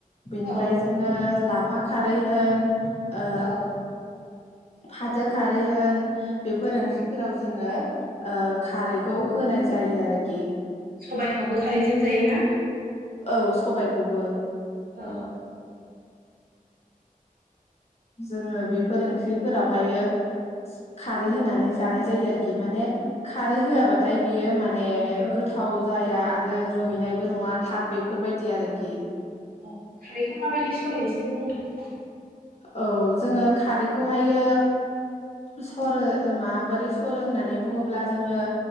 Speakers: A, on the left (about 45°); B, on the right (about 85°).
A: ओमफ्राय
B: औ
A: जोङो <unintelligible> <unintelligible> खारै होन ओ
B: औ
A: फाथो खारै होन बेफोर
B: औ
A: ओंख्रिफोराव जोङो ओ खारैखौ होनाय जायो आरोखि।
B: सबायखौबो खारैजों जायो ना?
A: औ सबायखौबो
B: औ।
A: जोङो बेफोर ओंख्रिफोरावहायो खारै होनानै जानाय जायो आरोखि माने खारै होआबाथाय बियो <unintelligible> <unintelligible>
B: औ
A: गोथाव जाया आरो रुइनायबो नङा थाब बेफोर बायदि आरोखि।
B: औ खारैखौ माबादि सरो एसे बुंदों?
A: औ जोङो खारैखौ हायो सरो माबोरै सरो होननानै बुङोब्ला जोङो